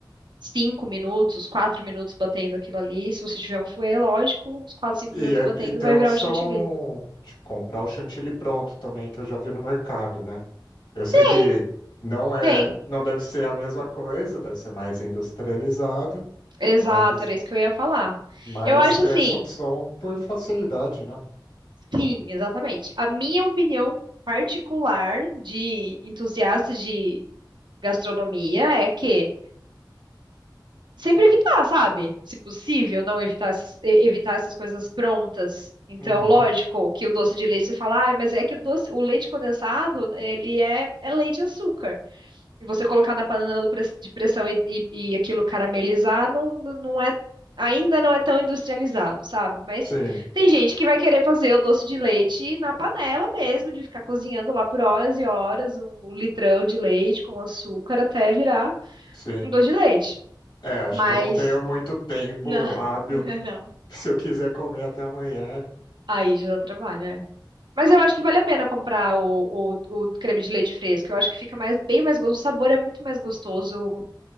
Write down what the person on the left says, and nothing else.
E,
é-
e tem
a opção
de comprar o chantilly pronto também, que eu já vi no mercado, né? Eu sei
que não é,
não deve ser a mesma coisa, deve ser mais industrializado, É.
mas,
mas
tem
essa opção por facilidade, né?
Uhum.
Sim,
sim.
É, acho
que eu não tenho muito tempo
hábil
<laughs>
se eu quiser comer até amanhã.